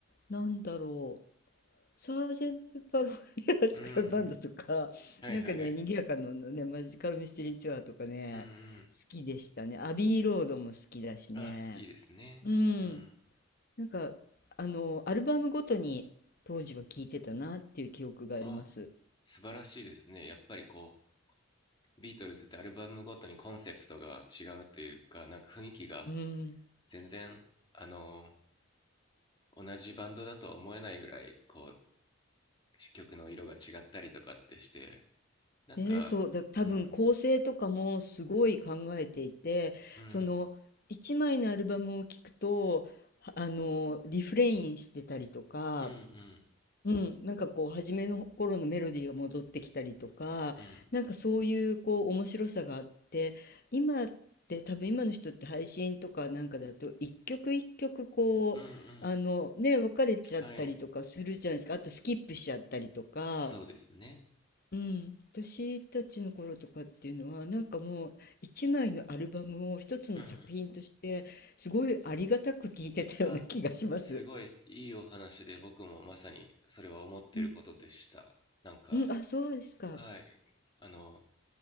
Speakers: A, on the left; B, on the left.
A: なんだろう。サージェント・ペッパー・ロンリアス・
B: うん、
A: クラブ・
B: うん、
A: バンドとか、
B: はいはいはい、
A: なんかね、賑やかなのね、マジカル・ミステリー・ツアーとかね、
B: うん、うん、
A: 好きでしたね。アビー・ロードも好きだしね。
B: あ、すいいですね。
A: うん。
B: うん、
A: なんか、あの、アルバムごとに当時は聴いてたなっていう記憶があります。
B: あ、素晴らしいですね。やっぱりこう、ビートルズってアルバムごとにコンセプトが違うというか、なんか雰囲気が
A: うん。
B: 全然、あの同じバンドだとは思えないぐらいこう曲の色が違ったりとかってしてなんかうん
A: で、そう、だ、多分構成とかもすごい考えていて、
B: うん
A: その、一枚のアルバムを聴くと、はあの、リフレインしてたりとか、
B: うんうん
A: うん、なんかこう初めの頃のメロディーが戻ってきたりとかなんかそういうこう面白さがあって今って多分今の人って配信とかなんかだと一曲一曲こうあのね別れちゃったりとかするじゃないですかあとスキップしちゃったりとか、
B: うんうんうんはいそうですね
A: うん、私たちの頃とかっていうのはなんかもう一枚のアルバムを一つの作品としてすごいありがたく聴いてたような気がします。
B: うんあすごいいいお話で僕もまさにそれは思ってることでしたなんか
A: うん、うん、あ、そうですか。
B: はいあの